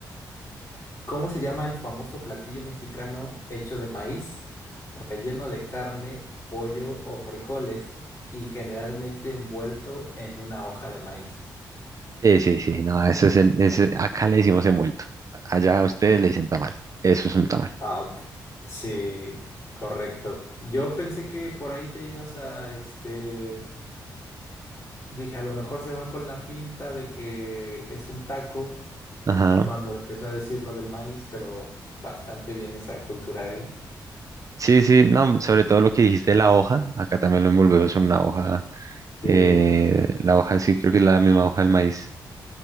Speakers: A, on the left; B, on the right.
A: ¿Cómo se llama el famoso platillo mexicano hecho de maíz, relleno de carne, pollo o frijoles y generalmente envuelto en una hoja de maíz?
B: Sí, sí, sí, no, eso es el, ese- acá le decimos envuelto, allá a ustedes le dicen tamal, eso es un tamal.
A: Ah, ok. sí, correcto. Yo pensé que por ahí te ibas a este Dije, a lo mejor se va con la finta de que es un taco
B: Ajá.
A: cuando empezó a decir lo del maíz, pero bastante bien esa cultura, ¿eh?
B: Sí, sí, no, sobre todo lo que dijiste de la hoja, acá también lo envolvemos en una hoja,
A: Sí,
B: eh, la hoja sí, creo que es la misma hoja del maíz,